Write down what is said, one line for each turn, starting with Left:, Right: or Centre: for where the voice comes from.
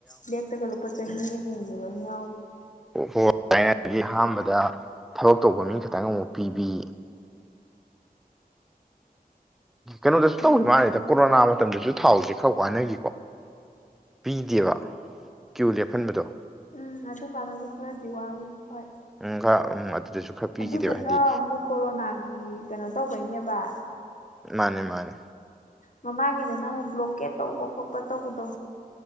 Left: ꯕ꯭ꯂꯦꯛꯇꯒ ꯂꯨꯄ ꯆꯅꯤꯒ ꯍꯦꯟꯒꯤꯕꯃ ꯌꯥꯎꯕꯗꯣ
Centre: ꯍꯣꯏ ꯊꯥꯏꯅꯒꯤ ꯑꯍꯥꯟꯕꯗ ꯊꯕꯛ ꯇꯧꯕ ꯃꯤ ꯈꯇꯪ ꯑꯃꯨꯛ ꯄꯤꯕꯤ ꯀꯩꯅꯣꯗꯁꯨ
Left: ꯎꯝ
Centre: ꯇꯧꯒꯤ ꯃꯥꯜꯂꯤꯗ ꯀꯣꯔꯣꯅꯥ ꯃꯇꯝꯗꯖꯨ ꯊꯥꯎꯖꯦ ꯈꯔ ꯋꯥꯅꯒꯤꯀꯣ ꯄꯤꯗꯦꯕ ꯀ꯭ꯌꯨ ꯂꯦꯞꯐꯟꯕꯗꯣ
Left: ꯎꯝ ꯑꯗꯨ ꯀꯥꯟꯗꯖꯨ ꯈꯔꯗꯤ ꯋꯥꯒꯤ ꯍꯣꯏ
Centre: ꯎꯝ ꯈꯔ ꯎꯝ ꯑꯗꯨꯗꯁꯨ ꯈꯔ ꯄꯤꯈꯤꯗꯦꯕ
Left: ꯑꯗꯨꯗꯨꯅꯥ
Centre: ꯍꯥꯏꯗꯤ
Left: ꯑꯃꯨꯛ ꯀꯣꯔꯣꯅꯥꯒꯤ ꯀꯅꯣ ꯇꯧꯕꯩꯅꯦꯕꯥ <inaudible>
Centre: ꯃꯥꯟꯅꯦ ꯃꯥꯟꯅꯦ
Left: ꯃꯃꯥꯡꯒꯤꯗꯅꯃꯨꯛ ꯕ꯭ꯂꯣꯀꯦꯠ ꯇꯧꯕ ꯈꯣꯠꯄ ꯇꯧꯕꯗꯣ